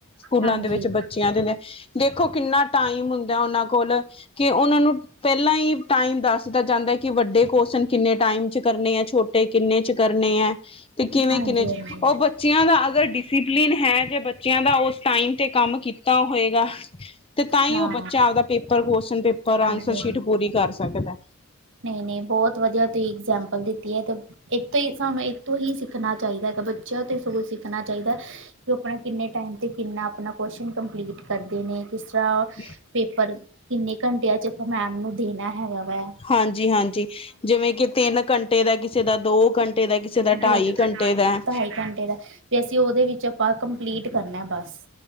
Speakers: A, on the left; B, on the right.
A: ਸਕੂਲਾਂ
B: ਹਾਂਜੀ
A: ਦੇ ਵਿੱਚ ਬੱਚਿਆਂ ਦੇਦੇ, ਦੇਖੋ ਕਿੰਨਾ ਟਾਈਮ ਹੁੰਦਾ ਉਹਨਾਂ ਕੋਲ, ਕਿ ਉਹਨਾਂ ਨੂੰ ਪਹਿਲਾਂ ਹੀ ਟਾਈਮ ਦੱਸਤਾ ਜਾਂਦਾ ਹੈ, ਕਿ ਵੱਡੇ ਕਵਸ਼ਨ ਕਿੰਨੇ ਟਾਈਮ ਚ ਕਰਨੇ ਹੈ, ਛੋਟੇ ਤੇ ਕਿੰਨੇ ਚ ਕਰਨੇ ਹੈ, ਤੇ ਕਿਵੇਂ
B: ਹਾਂਜੀ
A: ਕਿੰਨੇ ਚ,
B: ਹਾਂਜੀ
A: ਉਹ ਬੱਚੇ ਬੱਚਿਆਂ ਦਾ ਅਗਰ ਡਿਸਿਪਲਿਨ ਹੈ, ਜੇ ਬੱਚਿਆਂ ਦਾ ਉਸ ਟਾਈਮ ਤੇ ਕੰਮ ਕੀਤਾ ਹੋਏਗਾ। ਤੇ ਤਾਂ ਹੀ
B: ਹਾਂ
A: ਉਹ ਬੱਚਾ ਆਪਦਾ ਪੇਪਰ, ਕਵਸ਼ਨ ਪੇਪਰ
B: ਹਾਂਜੀ
A: ਆਨਸਰ ਸ਼ੀਟ ਪੂਰੀ ਕਰ ਸਕਦਾ।
B: ਨੇ ਬਹੁਤ ਵਧੀਆ ਤੋਂ ਇਗਜ਼ਾਮਪਲ ਦਿੱਤੀ ਹੈ, ਤੇ ਇੱਕ ਤੋਂ ਹੀ, ਸਾਨੂੰ ਇੱਕ ਤੋਂ ਹੀ ਸਿੱਖਣਾ ਚਾਹੀਦਾ ਹੈਗਾ, ਬੱਚਿਆਂ ਤੇ ਸਗੋ ਸਿੱਖਣਾ ਚਾਹੀਦਾ ਕਿਉਂਕਿ ਆਪਣਾ ਕਿੰਨੇ ਟਾਈਮ 'ਤੇ ਕਿੰਨਾ ਆਪਣਾ ਪੋਰਸ਼ਨ ਕੰਪਲੀਟ ਕਰਦੇ ਨੇ, ਕਿਸ ਤਰ੍ਹਾਂ
A: <inaudible>
B: ਪੇਪਰ ਕਿੰਨੇ ਘੰਟਿਆਂ ਚ, ਆਪਾਂ ਮੈਮ ਨੂੰ ਦੇਣਾ ਹੈਗਾ ਵੈ।
A: ਹਾਂਜੀ ਹਾਂਜੀ, ਜਿਵੇਂ ਕਿ ਤਿੰਨ ਘੰਟੇ ਦਾ, ਕਿਸੇ ਦਾ ਦੋ ਘੰਟੇ ਦਾ, ਕਿਸੇ ਦਾ
B: ਦੋ
A: ਢਾਈ ਘੰਟੇ ਦਾ।
B: ਢਾਈ ਘੰਟੇ ਦਾ, ਤੇ ਅਸੀਂ ਉਹਦੇ ਵਿੱਚ ਆਪਾਂ ਕੰਪਲੀਟ ਕਰਨਾ ਬਸ।